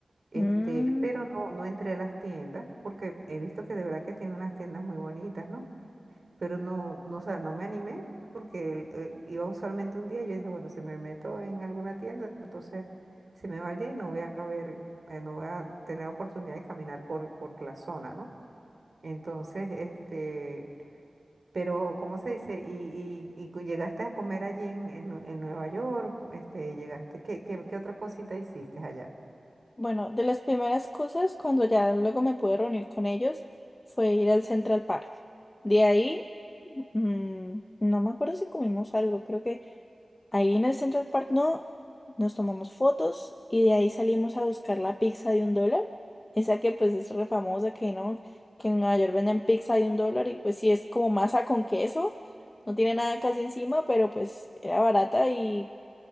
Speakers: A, on the right; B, on the left.
A: Este,
B: Mm,
A: pero no, no entré a las tiendas porque he visto que de verdad que tiene unas tiendas muy bonitas, ¿no? pero no, no, o sea, no me animé porque eh, iba solamente un día. Yo dije, bueno, si me meto en alguna tienda, entonces se me va el día y no voy a ver, eh, no voy a tener oportunidad de caminar por, por la zona, ¿no? Entonces, este, pero, ¿cómo se dice? ¿Y, y, y cu- llegaste a comer allí en, en Nue- en Nueva York? Este, llegaste, ¿qué, qué, qué otra cosita hiciste allá?
B: Bueno, de las primeras cosas, cuando ya luego me pude reunir con ellos, fue ir al Central Park. De ahí, mm, no me acuerdo si comimos algo, creo que Ahí en el Central Park no, nos tomamos fotos y de ahí salimos a buscar la pizza de un dólar. Esa que pues es re famosa que no, que en Nueva York venden pizza de un dólar y pues sí es como masa con queso, no tiene nada casi encima, pero pues era barata y